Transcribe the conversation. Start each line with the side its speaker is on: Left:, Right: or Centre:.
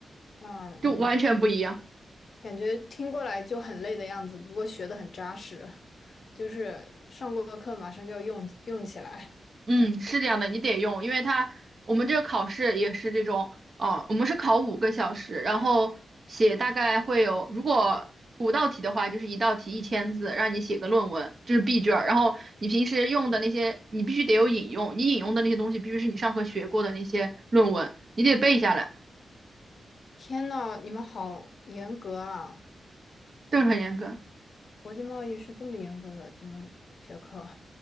Left: 那
Right: 就完全不一样。
Left: 感觉听过来就很累的样子，不过学的很扎实，就是上过的课马上就要用用起来。
Right: 嗯，是这样的，你得用，因为它我们这个考试也是这种，哦，我们是考五个小时，然后写大概会有，如果五道题的话，就是一道题一千字，让你写个论文，这是 B 卷儿。然后你平时用的那些，你必须得有引用，你引用的那些东西必须是你上课学过的那些论文，你得背下来，
Left: 天呐，你们好严格啊！
Right: 这是很严格。
Left: 国际贸易是这么严格的一门学科。